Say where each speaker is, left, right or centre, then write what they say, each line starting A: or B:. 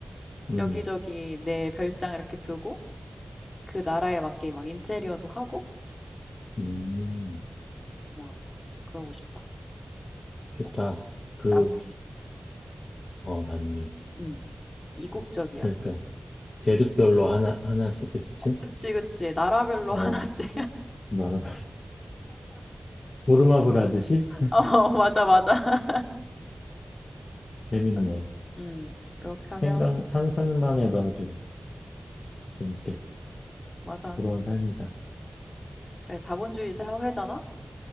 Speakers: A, on the left; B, on the left.
A: 음,
B: 여기저기 내 별장 이렇게 두고 그 나라에 맞게 막 인테리어도 하고
A: 음,
B: 막 그러고 싶다.
A: 좋다.
B: 어.
A: 그,
B: 남미.
A: 어, 남미.
B: 음. 이국적이야.
A: 그러니까, 대륙별로 하나, 하나씩, 그치?
B: 그치, 그치. 나라별로
A: 어,
B: <laughs> 하나씩.
A: 나름, <laughs> 무릎마블 하듯이?
B: <laughs> 어, 맞아, 맞아.
A: 재밌네.
B: <laughs> 음. 그렇게 하면
A: 생각, 상상만 해도 아주 재밌겠다.
B: 맞아.
A: 부러운 삶이다.
B: 그래, 자본주의 사회잖아?